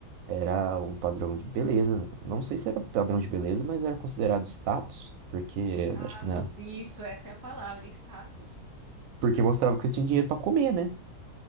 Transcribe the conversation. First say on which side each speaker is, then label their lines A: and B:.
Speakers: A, on the right; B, on the right.
A: era um padrão de beleza. Não sei se era um padrão de beleza, mas era considerado status, porque
B: Status,
A: acho que na
B: isso, essa é a palavra, status.
A: Porque mostrava que você tinha dinheiro pra comer, né?